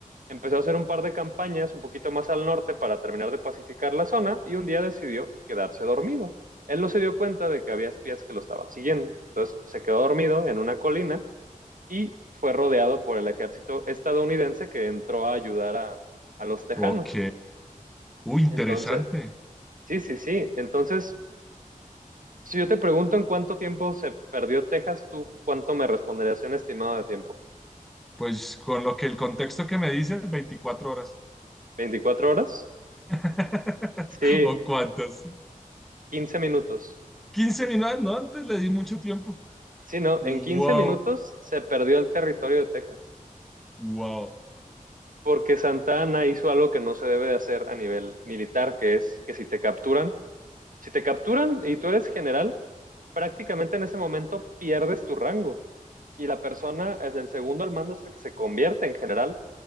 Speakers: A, on the right (about 70°); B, in the centre.
A: empezó a hacer un par de campañas un poquito más al norte para terminar de pacificar la zona y un día decidió quedarse dormido. Él no se dio cuenta de que había espías que lo estaban siguiendo, entonces se quedó dormido en una colina y fue rodeado por el ejército estadounidense que entró a ayudar a, a los tejanos.
B: Ok, uy, interesante.
A: Entonces, sí, sí, sí, entonces Si yo te pregunto en cuánto tiempo se perdió Texas, ¿tú cuánto me responderías un estimado de tiempo?
B: Pues con lo que el contexto que me dices, 24 horas.
A: Veinticuatro horas?
B: <laughs>
A: Sí,
B: ¿O cuántas?
A: 15 minutos.
B: 15 minutos, no, antes le di mucho tiempo.
A: Sí, no,
B: Wow,
A: en quince minutos se perdió el territorio de Texas,
B: wow,
A: porque Santa Ana hizo algo que no se debe de hacer a nivel militar, que es que si te capturan, si te capturan y tú eres general, prácticamente en ese momento pierdes tu rango y la persona es el segundo al mando es el que se convierte en general